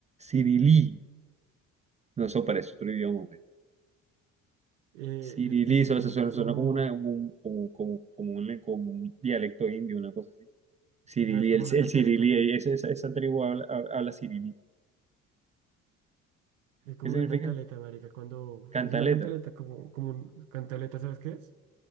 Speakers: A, on the right (about 20°); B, on the right (about 80°).
A: Cirilí. No, eso parece otro idioma, hombre.
B: eh,
A: Cirilí,
B: el cirilí
A: eso, eso
B: es
A: suena,
B: como.
A: suena como, una, como, un, como, como- como un, como un dialecto indio, una cosa así. Cirilí,
B: No, es como
A: el,
B: una
A: el
B: cantaleta.
A: cirilí, esa, esa, esa tribu habla, hab- habla cirilí.
B: Es como
A: ¿Qué significa?
B: una cantaleta, marica, cuando
A: Cantaleta.
B: es una cantaleta, como, como un cantaleta, ¿sabes qué es?